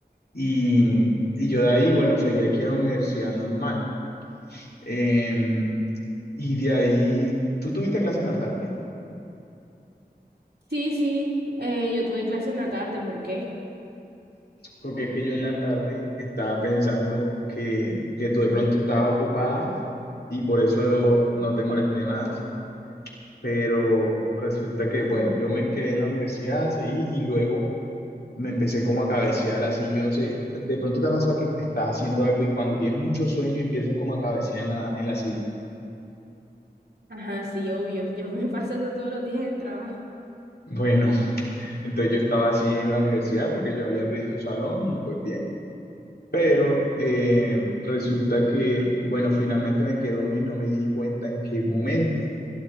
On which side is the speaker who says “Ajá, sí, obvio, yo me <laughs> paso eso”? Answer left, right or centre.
Right